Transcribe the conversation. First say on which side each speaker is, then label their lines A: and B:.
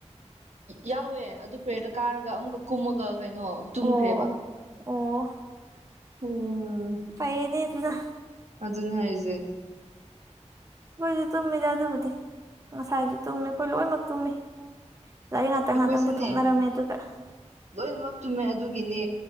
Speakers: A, on the right; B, on the right.
A: ꯌꯥꯎꯋꯦ ꯑꯗꯨ ꯄꯦꯔꯗ ꯀꯥꯔꯒ ꯑꯃꯨꯛꯀ ꯀꯨꯝꯃꯒ ꯀꯩꯅꯣ ꯇꯨꯝꯈ꯭ꯔꯦꯕ
B: ꯑꯣ ꯑꯣ
A: ꯎꯝ
B: ꯐꯩꯌ‌ꯦꯅꯦ ꯑꯗꯨꯅ
A: ꯑꯗꯨꯅꯦ ꯍꯥꯏꯖ‌ꯦ
B: ꯑꯈꯣꯏꯁꯨ ꯇꯨꯝꯃꯤꯗꯤ ꯑꯗꯨꯕꯨꯗꯤ ꯉꯁꯥꯏꯖꯨ ꯇꯨꯝꯃꯤ ꯑꯩꯈꯣꯏ ꯂꯣꯏꯃꯛ ꯇꯨꯝꯃꯤ ꯂꯒꯥꯔꯤꯛ ꯉꯥꯛꯇꯪ
A: ꯑꯩꯈꯣꯏꯁꯤꯅꯦ
B: ꯉꯥꯛꯇꯪ ꯄꯨꯊꯣꯛꯅꯔꯝꯃꯦ ꯑꯗꯨꯒ
A: ꯂꯣꯏꯅꯃꯛ ꯇꯨꯝꯃꯦ ꯑꯗꯨꯒꯤꯅꯦ